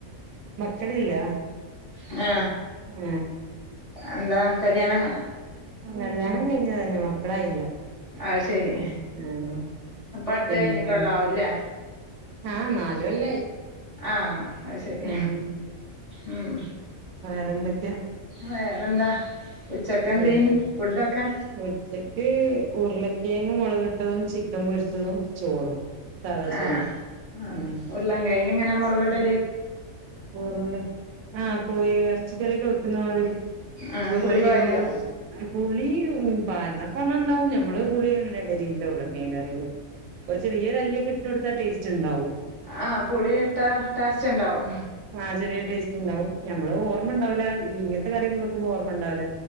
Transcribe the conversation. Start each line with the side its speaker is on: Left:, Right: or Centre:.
Right: മക്കളില്ല
Left: ആ
Right: ഉം
Left: എന്താ കല്യാണങ്ങ
Right: കല്യാണം കഴിഞ്ഞന്നെ മക്കളായില്ല
Left: അ ശരി
Right: ആഹ്
Left: അപ്പ അടുത്ത്
Right: പിന്നെ
Left: കഴിഞ്ഞിട്ടള്ളാവൂലേ
Right: ആഹ് നാല് കൊല്ലായി
Left: ആ അത് ശരി
Right: ആഹ്
Left: ഉം
Right: റെ എന്തൊക്കായാ
Left: വേറെന്താ ഉച്ചക്ക് എന്തേനി
Right: ഏഹ്
Left: ഫുഡൊക്കെ
Right: ഉച്ചക്ക് ഉരുളക്കെ ങ് മുളക് ഇട്ടതും ചിക്കൻ പൊരിച്ചതും ചോറും സാദാ
Left: ആ
Right: ചോറും
Left: ആ
Right: ഉം
Left: ഉരുളൻകെഴ്‌ എങ്ങനെ മുളകിടല്
Right: ഉരുള ആ കോഴി ഇറച്ചിക്കറിയൊക്കെ വെക്കുന്ന മാതിരി
Left: ആഹ്
Right: ഉരുളക്കെഴങ്ങും
Left: പുളി പാര്വോ
Right: പുളി പാരുന്നാ കൊണം ഇണ്ടാവും ഞമ്മള് പുളി അങ്ങനെ ഇടലില്ല ഉരുളക്കെഴങ്ങിന്റെ കറീല് ചെറിയ ഒര് അല്ലിയൊക്കെ ഇട്ട് കൊടുത്താ ടേസ് റ്റ്ണ്ടാവും
Left: ആഹ് പുളി ഇട്ടാ ടേസ്റ്റ് ഇണ്ടാവും
Right: ആ ചെറിയ ടേസ്റ്റ് ഇണ്ടാവും ഞമ്മള് ഓർമ്മ ഇണ്ടാവൂല ഇങ്ങ കറിയൊന്നും വെക്കുമ്പോ ഓർമ്മ ഇണ്ടാവുല